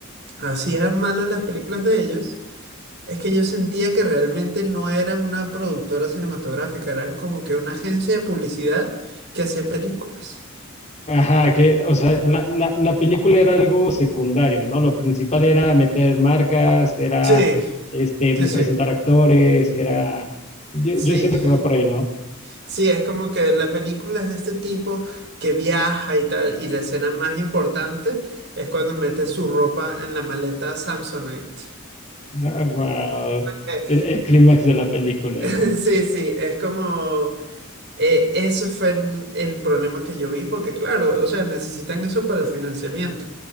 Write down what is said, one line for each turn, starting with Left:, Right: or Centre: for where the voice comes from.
Right: hacían malas las películas de ellos Es que yo sentía que realmente no eran una productora cinematográfica, eran como que una agencia de publicidad que hacía películas.
Left: Ajá, que, o sea, la, la, la película era algo secundario, ¿no? Lo principal era meter marcas, era,
Right: Sí,
Left: este,
Right: sí, sí,
Left: presentar actores, era, yo,
Right: sí,
Left: yo siento que va por ahí, ¿no?
Right: sí, es como que la película es de este tipo que viaja y tal, y la escena más importante es cuando mete su ropa en la maleta Samsonite.
Left: Ah, wow.
Right: Eh,
Left: El, el clímax de la película,
Right: <laughs> Sí, sí, es como... eh, eso fue el, el problema que yo vi, porque claro, o sea, necesitan eso para el financiamiento.